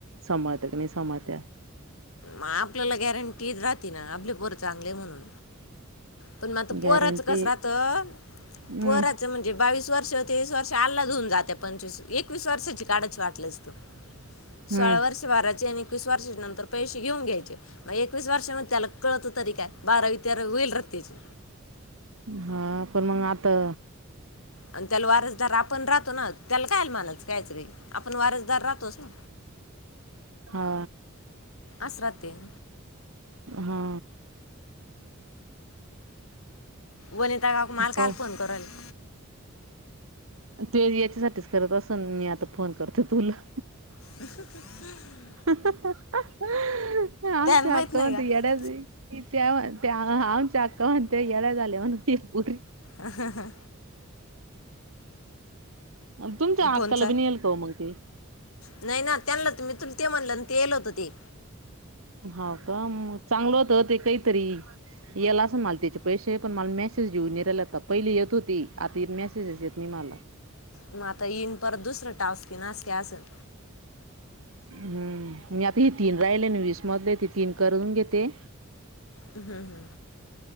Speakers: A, on the right (about 80°); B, on the left (about 90°).
A: सभाळत्या की नाही सांभाळत्या.
B: मग आपल्याला गॅरंटी राहती ना आपली पोरं चांगली आहे म्हणून. पण मग आता पोराचं
A: गॅरंटी
B: कसं राहतं
A: हम्म
B: पोराचं म्हणजे बावीस वर्ष तेवीस वर्ष अल्लाध होऊन जाते पंचवीस एकवीस वर्षाची काढायची वाटल्यास तर. सोळा
A: हम्म
B: वर्ष बाराची आणि एकवीस वर्षा नंतर पैसे घेऊन घ्यायचे मग एकवीस वर्षा मध्ये त्याला कळतं तरी काय बारावी तेरा होईल राहाती. त्याची.
A: हा पण मग आता.
B: आणि त्याला वारसदार आपण राहतो ना त्याला कायल म्हणायचं. कायचं रही आपण वारसदार राहतोस ना.
A: हा.
B: अस राहताय.
A: हा.
B: वनिता काकू मला कायला
A: पाहू
B: फोन करू राहिल्या?
A: ते याच्यासाठीच करत असून मी आता फोन करतो तुला.
B: <inaudible>
A: आमच्या
B: त्यांना माहीत
A: आक्का
B: नाही
A: म्हणता
B: का
A: येड्याच. त्या त्या आमच्या अक्का म्हणत येडा झाल्या म्हणून पोरी.
B: ह हा हा.
A: तुमच्या
B: फोनचा
A: अक्काला बीन येईल का मग ते?
B: नाही ना. त्यांना तुमि मी तु ते म्हणलं आणि ते येल होत ते.
A: हा का म चांगलं होत ते काहीतरी. याला असं मला त्याचे पैसे पण मला मेसेज येऊन नाही रायला आता. पहिली येत होती. आता मेसेजेस येत नाही मला.
B: मग आता येईन परत दुसरं टास्क अस काही असल.
A: हम्म. मी आता तीन राहिले ना. वीस मधले तर तीन करून घेते.
B: हम्म हम्म हम्म.